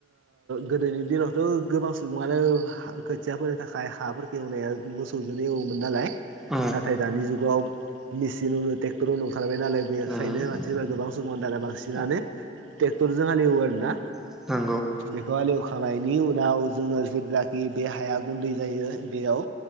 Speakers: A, on the right; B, in the centre.
A: गोदोनि दिनावथ' गोबां सुबुङानो खोथियाफोरनि थाखाय हाफोरखौवनाया मोसौजोंनो एवोमोन नालाय
B: औ
A: नाथाय दानि जुगाव मेसिन ट्रेक्टराउनु ओंखारबाय नालाय बेनिखायनो
B: उम
A: मानसिफ्रा गोबां सुबानो दाना बांसिनानो
B: औ
A: ट्रेक्टरजों हालेवो आरोना
B: नंगौ
A: बेखौ हालेवखांनायनि उनाव जोङो जेब्लाखि बे हाया गुन्दै जायो बेयाव